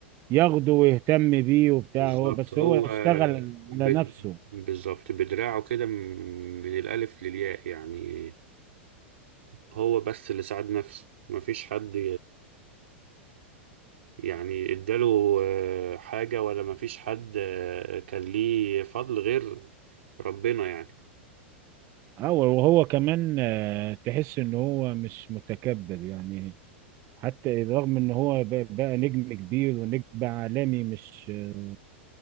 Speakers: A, on the right; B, on the right.
A: ياخده ويهتم بيه وبتاع
B: بالظبط
A: هو بس
B: هو
A: هو اشتغل
B: بد...
A: على نفسه
B: بالظبط بدراعه كده من الألف للياء يعني هو بس اللي ساعد نفسه مفيش حد يعني اداله آه، حاجة ولا مفيش حد آه، كان ليه فضل غير ربنا يعني
A: هو وهو كمان آه، تحس ان هو مش متكبر يعني حتى رغم ان هو ب- بقى نجم كبير ونجم عالمي مش آه،